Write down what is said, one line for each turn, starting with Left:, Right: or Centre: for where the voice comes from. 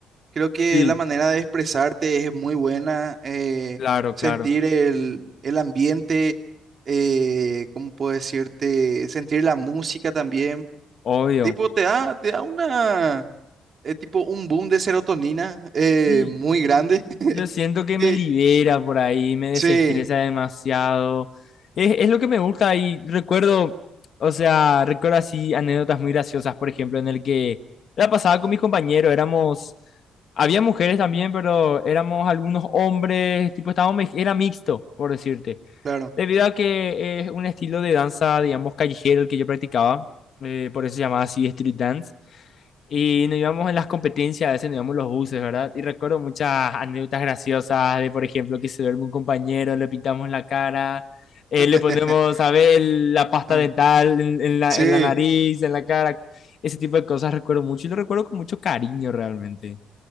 Right: Creo que
Left: Sí.
Right: la manera de expresarte es muy buena, eh,
Left: Claro,
Right: sentir
Left: claro,
Right: el, el ambiente, eh, ¿cómo puedo decirte? Sentir la música también.
Left: obvio.
Right: Tipo, te da, te da una, eh, tipo un boom de serotonina eh,
Left: Sí,
Right: muy grande. <laughs>
Left: yo siento que me
Right: Eh,
Left: libera por ahí, me desestresa
Right: Sí,
Left: demasiado. Es, es lo que me gusta y recuerdo, o sea, recuerdo así anécdotas muy graciosas, por ejemplo, en el que la pasaba con mis compañeros, éramos, había mujeres también, pero éramos algunos hombres, tipo, estábamos, mez- era mixto, por decirte.
Right: claro.
Left: Debido a que es un estilo de danza, digamos, callejero el que yo practicaba, eh, por eso se llamaba así street dance. Y nos íbamos en las competencias, a veces nos íbamos los buses, ¿verdad? Y recuerdo muchas anécdotas graciosas de, por ejemplo, que se duerme un compañero, le pintamos la cara, eh,
Right: <laughs>
Left: le ponemos, ¿sabes? El- La pasta
Right: Ah,
Left: dental en, en la,
Right: Sí,
Left: en la nariz, en la cara. Ese tipo de cosas recuerdo mucho y lo recuerdo con mucho cariño realmente.